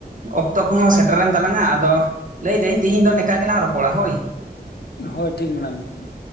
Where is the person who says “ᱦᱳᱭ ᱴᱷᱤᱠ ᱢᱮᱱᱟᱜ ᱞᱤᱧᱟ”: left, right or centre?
Left